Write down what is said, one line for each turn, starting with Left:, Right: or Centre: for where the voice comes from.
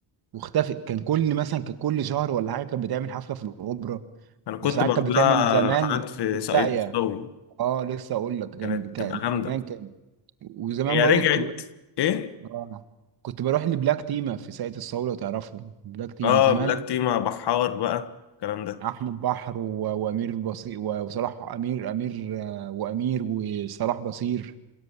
Right: واختفت كان كل مثلا كان كل شهر ولا حاجه كانت بتعمل حفله في الاوبرا
Left: انا كنت
Right: وساعات
Left: بروح
Right: كانت بتعمل
Left: لها
Right: زمان
Left: رحلات في
Right: في الساقيه
Left: ساقية مصداوي
Right: اه لسه اقول لك كان
Left: كانت بتبقى
Right: كان
Left: جامده
Right: زمان كان وزمان
Left: هي
Right: برضه
Left: رجعت
Right: كنت
Left: ايه
Right: آه. كنت بروح لبلاك تيما في ساقية الصاوي لو تعرفهم بلاك تيما
Left: اه
Right: زمان
Left: بلاك تي مع بحار بقى الكلام ده
Right: احمد بحر و... وامير البصير و... وصلاح امير امير آه، وامير وصلاح بصير